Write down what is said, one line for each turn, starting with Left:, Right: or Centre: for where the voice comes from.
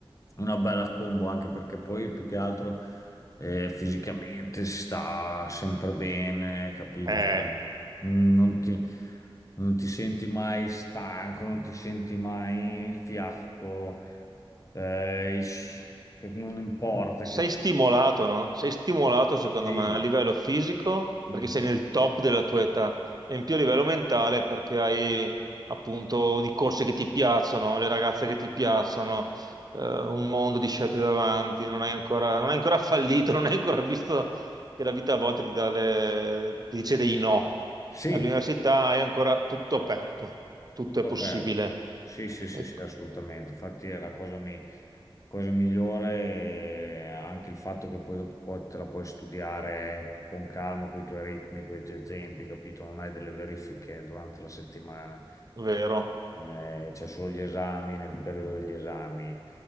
Left: una bella combo, anche perché poi più che altro eh, fisicamente si sta sempre bene, capito?
Right: Eh,
Left: Sta- Mm, Non ti, non ti senti mai stanco, non ti senti mai fiacco, eh, i s- non importa
Right: Sei
Left: che tu...
Right: stimolato, no? Sei stimolato, secondo
Left: Sì,
Right: me, a livello fisico perché
Left: mm,
Right: sei nel top della tua età e in più a livello mentale perché hai appunto di corse che ti piacciono, le ragazze che ti piacciono, eh, un mondo di scelte davanti, non hai ancora, non hai ancora fallito, <laughs> non hai ancora visto che la vita a volte ti dà le- ti dice dei no.
Left: sì.
Right: All'università hai ancora tutto aperto, tutto
Left: Tutto
Right: è possibile,
Left: aperto. Sì, sì, sì,
Right: è
Left: sì, assolutamente. Infatti è la cosa, mi- cosa migliore, eh, anche il fatto che poi dopo poi te la puoi studiare con calma, con i tuoi ritmi, con i tuoi tempi, capito? Non hai delle verifiche durante la settimana,
Right: vero.
Left: Eh, c'è solo gli esami nel periodo degli esami.